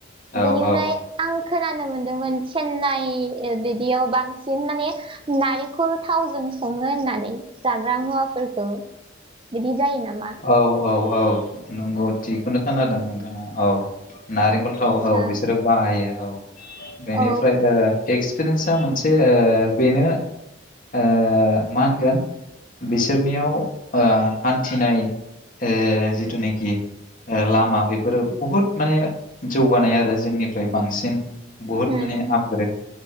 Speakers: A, on the left; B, on the right.
A: औ
B: बेनिफ्राय
A: औ
B: आं खोनानो मोनदोंमोन चेन्नाइ बिदियाव बांसिन माने नारेंखल थावजों सङो होननानै जाग्रा मुवाफोरखौ बिदि जायो नामा?
A: औ औ औ नंगौ थिखौनो खोनादों नोंथाङा औ नारें औ औ थाव
B: आदसा
A: औ बिसोरो बाहायो औ बेनिफ्राय
B: औ
A: ओ एक्सपिरियेन्सा मोनसे ओ बेनो ओ मा होनगोन बिसोरनियाव ओ हान्थिनाय ए जिथु नोखि ओ लामा बेफोरो बहुद माने जौगानाय आरो जोंनिफ्राय बांसिन। बुहुद
B: उम
A: माने आपग्रेड